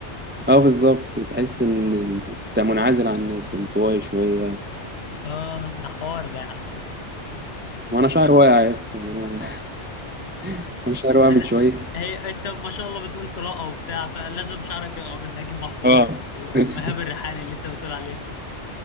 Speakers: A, on the right; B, on the left.
A: أه بالظبط تحس إن ال- أنت منعزل عن الناس انطوائي شوية
B: اه ده حوار ده يا عم
A: وأنا شعر واقع يا اسطى وأنا <laughs> وأنا شعر واقع
B: لا،
A: من شوية
B: هي انت ما شاء الله بتقول قراءه وبتاع فلازم شعرك يقع من نجيب محفوظ
A: أه
B: و- وإيهاب
A: <laughs>
B: الريحاني اللي انت بتقول عليه